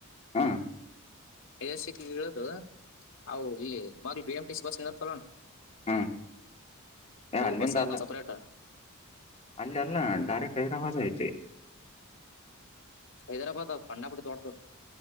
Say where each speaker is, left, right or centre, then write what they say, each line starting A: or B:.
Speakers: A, on the left; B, on the left.
A: ಹ್ಮು.
B: ಮೆಜೆಸ್ಟಿಕ್ಗ್ ಇರದು ಅವು ಇಲ್ಲಿ ಮಾಗಳ್ ಬಿಎಂಮ್ ಟಿಸಿ ಬಸ್ ಇನ್ನು ಇರುತಲ್ವಣ್ಣ?
A: ಹ್ಮ ಏ ಅಲ್ಲಿಂದ
B: ಬಸ್ ಅದಾವ
A: ಅಲ್ಲ
B: ಸಪರೇಟ್
A: ಅಲ್ಲಿ ಅಲ್ಲ ಡೈರೆಕ್ಟ್ ಹೈದ್ರಾಬಾದ್ ಐತಿ.
B: ಹೈದರಾಬಾದ <unintelligible> ದೋಡ್ದು.